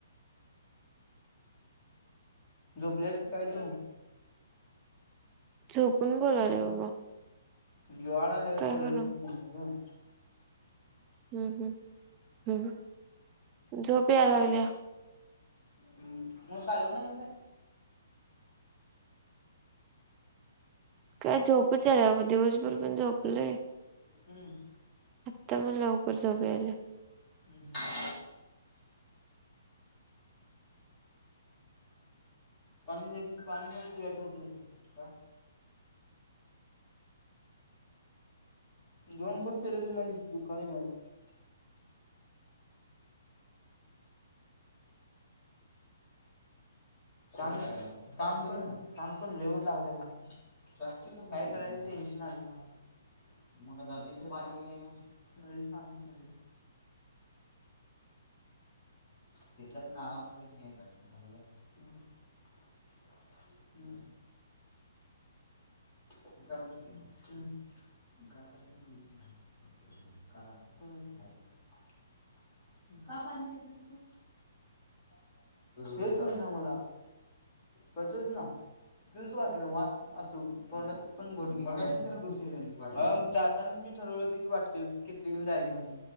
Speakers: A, on the left; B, on the right.
A: जोपल्यास का काय तू?
B: झोपून बोलालोय बाबा.
A: जीवावर आल्यागत
B: काय
A: बोलाल्यास
B: करू
A: म्हणून म्हणलो गं.
B: हम्म हम्म हम्म, झोप या लागल्या.
A: हम्म
B: काय झोपच याल्या बाबा, दिवसभर पण झोपलोय
A: हम्म
B: आता पण लवकर झोप याय लागल्या.
A: हम् पाणी पेया पाणी प्याययचं होत नाही, का दोन घोट पेल तर माझ हितं दुकालय वट चांग चांग पण चांग पण लै वाईट लागलंय मला काय करायचं टेन्शन आलंय मला आता. मग दातलीचे पाणी चा पाहि तेला पण आवा नाही का हम्म हम्म का का पाणी पेत नाहीस तू? हेच हुना मला, पचचना. पीउच वाटना वास असं तोंडात पण घेउ वाटेना, जातनाच मी ठरवलं होत की, बाटली, किटली घ्युन जायचे म्हणून.